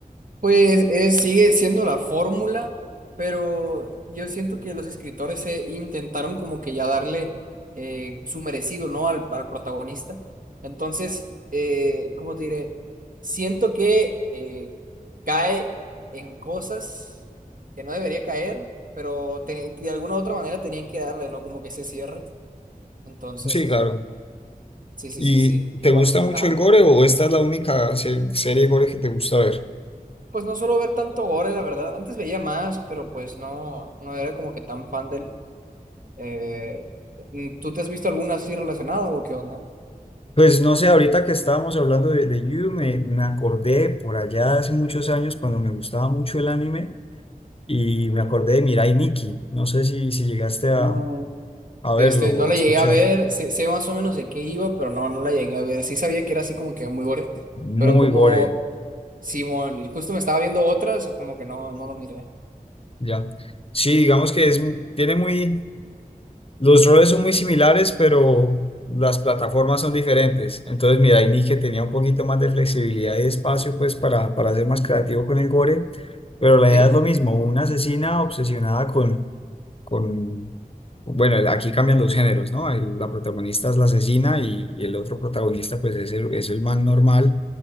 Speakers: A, on the right; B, on the left.
A: Pues eh, sigue siendo la fórmula, pero yo siento que los escritores eh, intentaron como que ya darle eh, su merecido, ¿no? Al, al protagonista. Entonces, eh, ¿cómo te diré? Siento que eh, cae en cosas que no debería caer, pero te- de alguna u otra manera tenían que darle, ¿no? Como que ese cierre. Entonces,
B: Sí, claro.
A: sí, sí,
B: ¿Y
A: sí, sí. Igual,
B: te gusta mucho
A: ajá.
B: el gore o esta es la única se- serie de gore que te gusta ver?
A: Pues no suelo ver tanto Gore, la verdad. Antes veía más, pero pues no, no era como que tan fan del. eh, mm, ¿tú te has visto alguna así relacionada o qué onda?
B: Pues no sé, ahorita que estábamos hablando de, de You, me, me acordé por allá hace muchos años cuando me gustaba mucho el anime y me acordé de Mirai Nikki. No sé si, si llegaste a,
A: Mm,
B: a verlo
A: Este,
B: o
A: no la
B: a escuchar.
A: llegué a ver, sé, sé más o menos de qué iba, pero no, no la llegué a ver. Sí sabía que era así como que muy gore,
B: Muy
A: pero como
B: gore,
A: Simón, y justo me estaba viendo otras, como que no, no lo miré.
B: ya. Sí, digamos que es, tiene muy, Los roles son muy similares, pero las plataformas son diferentes. Entonces, mira, hay Nick que tenía un poquito más de flexibilidad y espacio, pues, para, para ser más creativo con el gore, pero la
A: ¿Sí?
B: idea es lo mismo, una asesina obsesionada con, con, bueno, aquí cambian los géneros, ¿no? El- la protagonista es la asesina y, y el otro protagonista, pues, es el, es el man normal